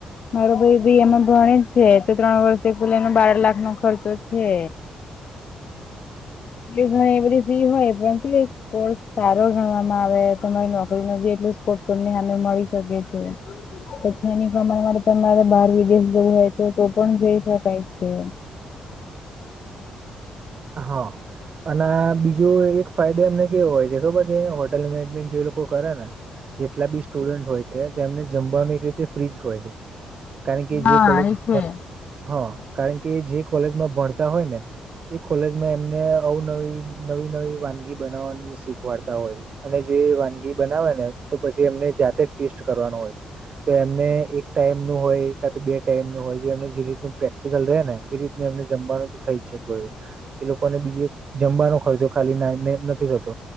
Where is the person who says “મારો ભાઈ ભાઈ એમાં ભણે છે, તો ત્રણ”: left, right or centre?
Left